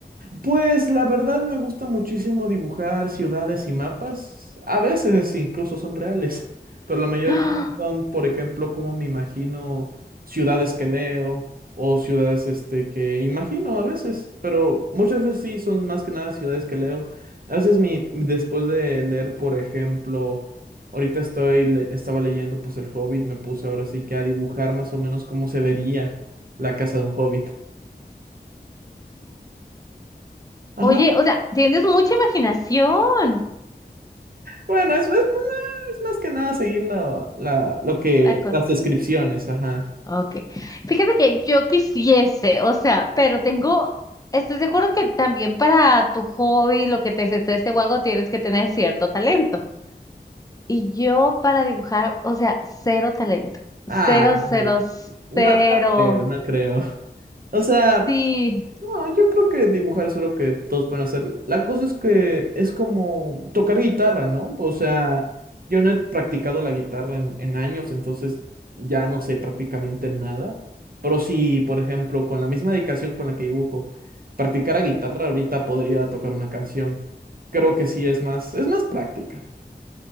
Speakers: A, on the right; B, on the left.
A: Pues la verdad me gusta muchísimo dibujar ciudades y mapas. A veces incluso son reales, <laughs> pero la mayoría
B: <gasps>
A: del tiempo son, por ejemplo, como me imagino ciudades que leo o ciudades este que imagino a veces, pero muchas veces sí son más que nada ciudades que leo. A veces mi después de leer, por ejemplo, ahorita estoy le- estaba leyendo pues El Hobbit, me puse ahora sí que a dibujar más o menos cómo se vería la casa de un hobbit. Ajá.
B: Oye, o sea, tienes mucha imaginación,
A: Bueno, es, es Es más que nada seguir la, la, lo que,
B: la cor.
A: las descripciones, ajá.
B: Ok. Fíjate que yo quisiese, o sea, pero tengo, estoy seguro que también para tu hobby, lo que te desestrese o algo, tienes que tener cierto talento. Y yo para dibujar, o sea, cero talento.
A: Ah,
B: Cero, cero,
A: no, no,
B: cero.
A: no creo, no creo. <laughs> O sea,
B: Sí,
A: no, yo creo que dibujar es algo que todos pueden hacer. La cosa es que es como tocar guitarra, ¿no? O sea, yo no he practicado la guitarra en, en años, entonces ya no sé prácticamente nada. Pero si, por ejemplo, con la misma dedicación con la que dibujo, practicara guitarra, ahorita podría tocar una canción. Creo que sí es más, es más práctica.